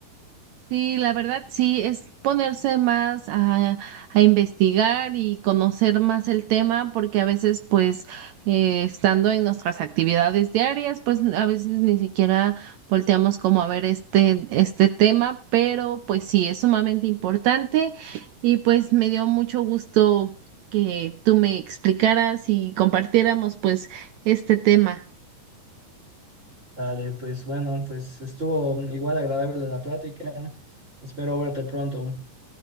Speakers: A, on the right; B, on the right.
A: Sí, la verdad, sí, es ponerse más a, a investigar y conocer más el tema, porque a veces, pues, eh, estando en nuestras actividades diarias, pues a veces ni siquiera volteamos como a ver este, este tema, pero pues sí, es sumamente importante y pues me dio mucho gusto que tú me explicaras y compartiéramos pues este tema.
B: Dale, pues bueno, pues estuvo mm, igual agradable la plática. Espero verte pronto.